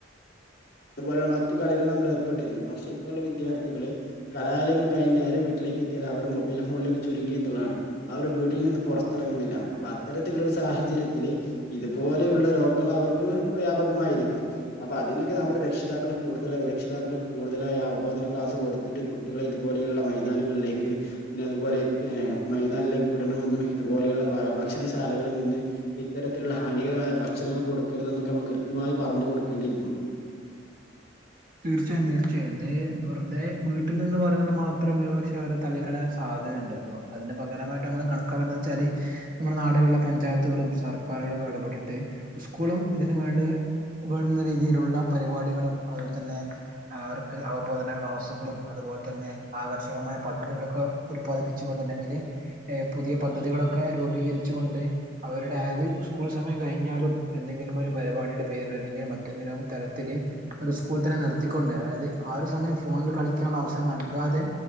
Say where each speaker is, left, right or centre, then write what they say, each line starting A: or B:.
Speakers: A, on the left (about 50°); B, on the right (about 45°).
A: അതുപോലെ മറ്റു കളികൾ നമ്മള് ഏർപ്പെട്ടിരുന്നു പക്ഷെ ഇപ്പള്ള വിദ്യാർഥികള് കലാലയങ്ങള് കഴിഞ്ഞ് നേരെ വീട്ടിലേക്ക് എത്തിയാൽ അവർ മൊബൈൽ ഫോൺലേക്ക് ചുരുങ്ങി എന്ന്ള്ളാണ്. അവർ വീട്ടിൽ നിന്ന് പൊറത്ത്റങ്ങുന്നില്ലാ, അപ്പൊ അത്തരത്തിലുള്ളൊരു സാഹചര്യത്തില് ഇത്പോലെയുള്ള രോഗങ്ങള് അവർക്ക് വ്യാപകമായിരിക്കാം, അപ്പൊ അതിനൊ ക്കെ നമ്മുടെ രക്ഷിതാക്കൾ കൂടുതലായി രക്ഷിതാക്കൾക്ക് കൂടുതലായി അവബോധന ക്ലാസ് കൊടുത്തിട്ട് കുട്ടികളെ ഇതുപോലെയുള്ള മൈ ധാനങ്ങളിലേക്ക് പിന്നെ അതുപോലെ മൈതാനിലേക്ക് വിടണമെന്നും, ഇതുപോലെയുള്ള ഭ ഭക്ഷണശാലകളിൽ നിന്ന് ഇത്തരത്തിലുള്ള ഹാനികരമായ ഭക്ഷണങ്ങൾ കൊടുക്കരുത് എന്നൊക്കെ നമ്മൾ കൃത്യമായി പറഞ്ഞു കൊടുക്കേണ്ടിയിരിക്കും.
B: തീർച്ചയായും, തീർച്ചയായും ഇത് വെറുതെ വീട്ടിൽ നിന്ന് പറഞ്ഞാൽ മാത്രം ഒരുപക്ഷെ അവർ തള്ളിക്കളയാൻ സാധ്യതുണ്ട് അത് അതിന്റെ പകരമായിട്ട് നമ്മള് കണക്കാക്കന്ന് വെച്ചാല് നമ്മുടെ നാടുകളിലെ പഞ്ചായത്തുകളും, സർക്കാരുകളൊക്കെ ഇടപെട്ടിട്ട്. സ്കൂളും ഇതിന് വേണ്ട് വേണുന്ന രീതിയിലുള്ള പരിപാടികളും അതുപോൽതന്നെ അവർക്ക് അവബോധന ക്ലാസുകളു അതുപോൽതന്നെ ആകർഷകമായ പദ്ധതികളൊക്കെ ഉത്പാദിപ്പിച്ചുകൊണ്ട് അല്ലെങ്കില് പുതിയ പദ്ധതികളൊക്കെ രൂപീകരിച്ചുകൊണ്ട്. അവരുടെ അതായത് സ്കൂൾ സമയം കഴിഞ്ഞാലും. എന്തെങ്കിലും ഒരു പരിപാടിയുടെ പേരിൽ അല്ലെങ്കിൽ മറ്റെന്തിലും തരത്തില് ഒരു സ്കൂൾ തന്നെ നിർത്തിക്കൊണ്ട്, അതായത് ആ ഒരു സമയം ഫോണിൽ കളിക്കാനുള്ള അവസരം നൽകാതെ